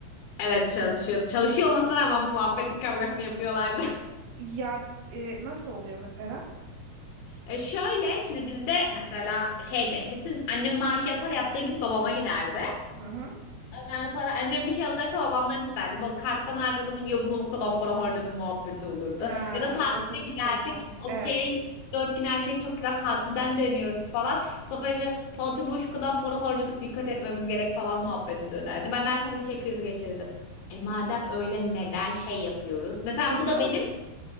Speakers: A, on the left; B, on the right.
A: Evet çalışıyordu. Çalışıyor olmasına rağmen bu muhabbetin kavgasını yapıyorlardı. <laughs>
B: Ya e, nasıl oluyor mesela?
A: E şöyle şimdi bizde mesela şeyde bütün annem maaşı yatar yattığı gibi babama giderdi.
B: Hı hı.
A: Ondan sonra annem bir şey alacaksa babamdan isterdi. Bu karttan harcadım niye bunu bu kadar para harcadım muhabbeti olurdu.
B: Ha,
A: Ya da tatile
B: o çok sıkıntı.
A: giderdik. Okey.
B: Evet.
A: Dört gün her şey çok güzel. Tatilden dönüyoruz falan. Bu sefer işte tatil boyu şu kadar para harcadık dikkat etmemiz gerek falan muhabbeti dönerdi. Ben de her seferinde şey krizi geçirirdim. E madem öyle neden şey yapıyoruz? Mesela
B: İnsanın
A: bu da benim.